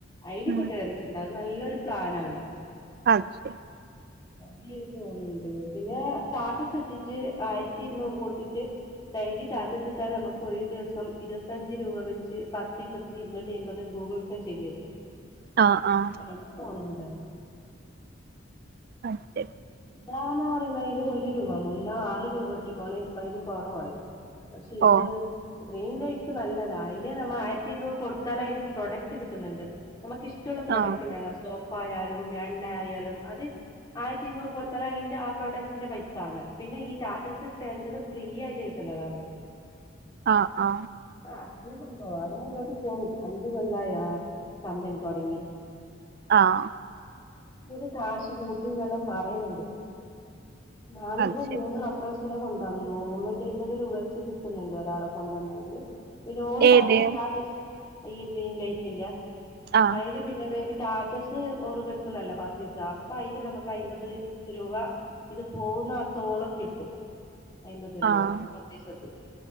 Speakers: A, on the left; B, on the right.
A: അയിനി ഇപ്പൊ
B: ഉം
A: കേറിട്ടുണ്ട്, അത് നല്ലൊരു പ്ലാനാണ്.
B: അത് ശരി.
A: നല്ല രീതില് പോണുണ്ട്. പിന്നെ ടാറ്റസ് ഇട്ടിട്ട് ആയിരത്തി ഇരുന്നൂർ കൊട്തിട്ട് ഡെയിലി റ്റാ റ്റാറ്റസിറ്റാൽ നമുക്ക് ഒരു ദിവസം ഇരുപത്തഞ്ച് രൂപ വെച്ച് പതീസത്തിനു ഇര് ന്നൂറ്റിഅയ്മ്പത് ഗൂഗിൾ പേ ചെയ്തു
B: ആഹ് ആഹ്
A: <unintelligible>
B: അതെ
A: എന്താന്ന് പറയുന്ന അയ്ല് ഒരു രൂപ മുന്ന ആർ രൂപ ഇട്ടിക്കോണ ഇപ്പ അതില് കുറവായി. പക്ഷെ ഇത്
B: ഓ
A: ഡ്രീം ലൈഫ് നല്ലതാണ്. അതില് നമ്മൾ ആയിരത്തി ഇരുന്നൂറ് കൊടുത്താൽ അതില് പ്രൊഡക്റ്റ് കിട്ടുന്നുണ്ട്. നമുക്ക് ഇഷ്ട മറ്റുള്ള പ്രോഡക്റ്റ്ന്നേ
B: ആഹ്
A: സോപ്പായാലും എണ്ണ ആയാലും അത് ആയിരത്തി ഇുന്നൂറ് കൊടുത്താല അതിന്റെ ആ പ്രോഡക്ടിന്റെ പൈസ ആണ്. പിന്നെ ഈ ടാറ്റസ് ഇട്ടേന്റെ ഫ്രീ ആയിട്ട് കി ന്നതാണ്.
B: ആ ആ
A: അതല്ല സംഭവം അത് മുന്നോട്ട് പോകും അഞ്ച കൊള്ളായ തമ്മന് തുടങ്ങിട്ട്
B: ആഹ
A: അത് കാശ് കൂട്ടിന്നല്ലാം പറയുന്നുണ്ട് ഞാനിപ്പോ
B: അത് ശരി
A: മൂന്ന് റഫറൻസ് കൊണ്ടുവന്നു മു ന്നൂറ്റിമ്പത് രൂപ വെച്ച് കിട്ടുന്നുണ്ട് ഒരാളെ കൊണ്ടുവന്നെങ്കിൽ പിന്നെ ഓറ്
B: ഏത്
A: താറ്റ ടാറ്റസ് ഈ ഡ്രീം ലൈഫിന്റെ
B: ആഹ്
A: അതില് പിന്നെ വേ റ്റാറ്റസ് ഓർ വെക്കുന്നല്ല പതീസം അപ്പൊ അയ് നമുക്ക് അയ് മ്പത് രൂപ ഇത് പോുന്നത്തോളം കിട്ടും അയ്മ്പത് രൂപ
B: ആഹ്
A: പതീസത്തിൽ